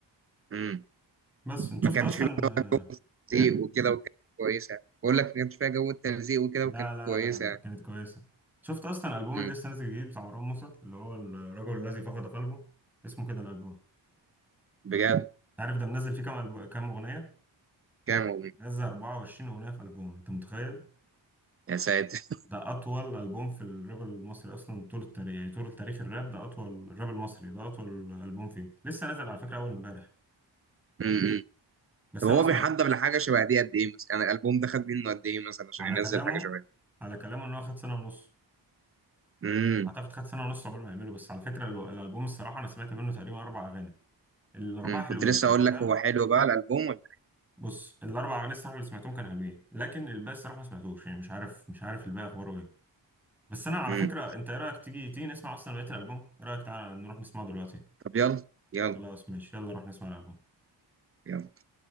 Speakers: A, on the right; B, in the centre.
A: امم
B: بس انت
A: ما
B: شفت
A: كانش
B: اصلا
A: فيه بقى
B: آه،
A: تلزيق
B: ايه
A: وكده وكانت كويسه بقول لك ما كانش فيها جو التلزيق وكده
B: لا
A: وكانت
B: لا
A: كويسه
B: لا لا كانت كويسة شفت أصلا الألبوم
A: امم
B: اللي لسه نازل جديد بتاع مروان موسى اللي هو الرجل الذي فقد قلبه اسمه كده الألبوم أنت
A: بجد
B: عارف ده منزل فيه كام ألبوم كام أغنية
A: كام والله.
B: منزل 24 أغنية في ألبوم أنت متخيل
A: يا ساتر
B: ده أطول ألبوم في الراب المصري أصلا طول التاريخ يعني طول تاريخ الراب ده أطول الراب المصري ده أطول ألبوم فيه لسه نازل على فكرة أول إمبارح
A: <laughs>
B: بس
A: طب
B: أنا
A: هو
B: ما سمعت
A: بيحضر لحاجه شبه دي قد ايه مثلا يعني الالبوم ده خد منه قد ايه مثلا عشان
B: على
A: ينزل
B: كلامه
A: حاجه شبه دي
B: على كلامه إن هو خد سنة ونص
A: امم
B: أعتقد خد سنة ونص قبل ما يعمله بس على فكرة ال- الألبوم الصراحة أنا سمعت منه تقريبا أربع أغاني الأربعة
A: أمم.
B: حلوين
A: كنت لسه
B: أنت
A: اقول
B: فاهم
A: لك هو حلو بقى الالبوم ولا
B: بص الاربع اغاني الصراحه اللي سمعتهم كانوا حلوين لكن الباقي الصراحه ما سمعتوش يعني مش عارف مش عارف الباقي اخباره ايه بس انا على
A: امم
B: فكره انت ايه رايك تيجي تيجي نسمع اصلا بقيه الالبوم ايه رايك تعالى نروح نسمعه دلوقتي
A: طب يلا يلا
B: خلاص ماشي يلا نروح نسمع الالبوم
A: يلا